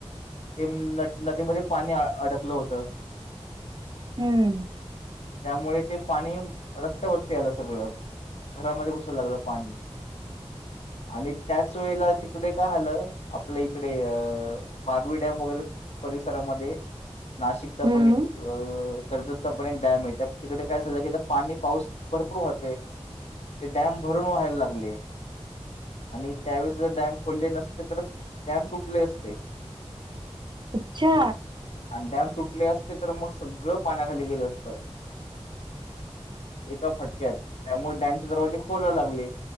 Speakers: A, on the left; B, on the right.
A: ते न नदीमध्ये पाणी अडकलं होतं.
B: हम्म
A: त्यामुळे ते पाणी रस्त्यावरती आलं सगळं. घरामध्ये घुसायला लागलं पाणी आणि त्याच वेळेला इकडे का झालं आपलं इकडे बारवी डॅम वगैरे परिसरामध्ये. नाशिकचा
B: हम्म
A: पण एक अ कर्जतचा पण एक डॅम आहे तिकडे काय झालं की पाणी पाऊस भरपूर वाहतोय. ते डॅम भरून वहायला लागले आणि त्यावेळे जर डॅम खोलले नसते तर डॅम तुटले असते.
B: अच्छा.
A: आणि डॅम सुटले असते तर मग सगळं पाण्याखाली गेलं असतं. एका फटक्यात त्यामुळे डॅमचे दरवाजे खोलायला लागले.